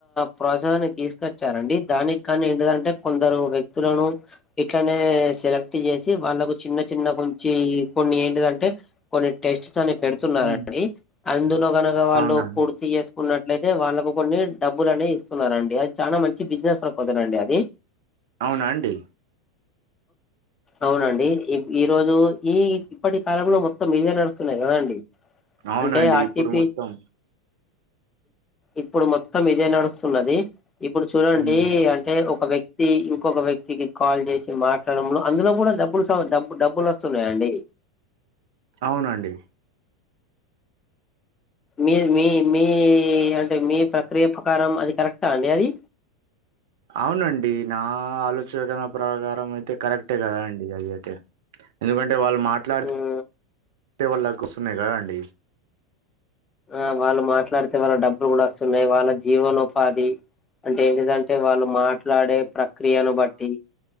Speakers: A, on the left; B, on the right.
A: ప్రోత్సాహాన్ని తీసుకొచ్చారండి దానికి కానీ ఏంటిదంటే కొందరు వ్యక్తులను ఇట్లనే సెలెక్ట్ చేసి వాళ్ళకు చిన్న చిన్న కొంచి కొన్ని ఏంటిదంటే కొన్ని టెస్ట్స్ అని పెడు తున్నారండి,
B: హ్మ్.
A: అందులో కనక వాళ్ళు
B: అవునా
A: పూర్తి చేసుకున్న ట్లయితే వాళ్ళకు కొన్ని డబ్బులు అనేయి ఇస్తున్నారండి, అది చానా మంచి బిజినెస్ ప్రపోజల్ అండి అది.
B: అవునా అండి.
A: అవునండి, ఈ ఈరోజు ఈ ఇప్పటి కాలంలో మొత్తం ఇదే నడుస్తున్నది కదండి
B: అవునండి
A: అంటే ఆర్టిఫి
B: ఇప్పుడు మొత్తం
A: ఇప్పుడు మొత్తం ఇదే నడుస్తున్నది ఇప్పుడు చూడండి
B: హ్మ్.
A: అంటే ఒక వ్యక్తి వ్యతి ఇంకొక వ్యక్తికి కాల్ చేసి మాట్లాడంలో అందులో కూడా డబ్బులు స డబ్బ డబ్బులు వస్తున్నాయాండి
B: అవునండి
A: మీ మీ మీ అంటే మీ ప్రక్రియ ప్రకారం అది కరెక్టా అండి అది
B: అవునండి నా ఆలోచన ప్రకారం అయితే కరెక్టే కదా అండి అది అయితే ఎందుకంటే వాళ్ళు మాట్లాడితే
A: హ్మ్.
B: వాళ్ళ కు వస్తున్నాయి కదా అండి
A: ఆ వాళ్ళు మాట్లాడితే వాళ్ళకు డబ్బులు కూడా వస్తున్నాయి వాళ్ళకు జీవనోపాధి అంటే ఏంటిదంటే వాళ్ళు మాట్లాడే ప్రక్రియను బట్టి